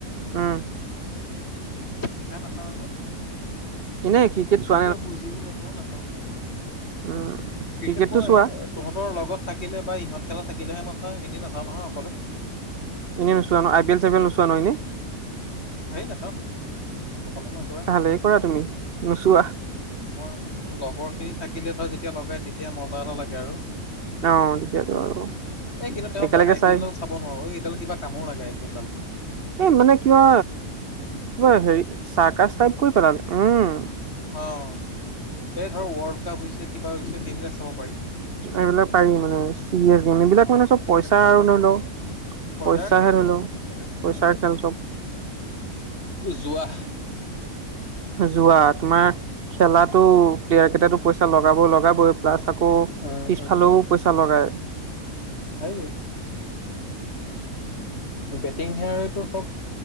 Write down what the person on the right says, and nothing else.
অ'।
এনেই ক্ৰিকেট চো
উম
ক্ৰিকেটটো
চোৱা
এনে নোচোৱা ন আই পি এল চাই পি এল নোচোৱা ন এনেই।
ভালেই কৰা তুমি নোচোৱা।
অ' তেতিয়াতো আৰু
একেলগে
চাই
এই মানে কিবা কিবা হেৰি চাৰকাচ টাইপ কৰি পেলালে। উম
এইবিলাক পাৰি মানে চিৰিয়াছ গে'ম, এইবিলাক মানে চব
পইচা
আৰু
ধৰি ল পইচাহে
ধৰি ল
পইচাৰ
খেল চব।
জুৱা। তোমাৰ খেলাটো প্লেয়াৰ কেটাই পইচা লগাব লগাবই প্লাছ আকৌ
পিছফালেও পইচা লগায়।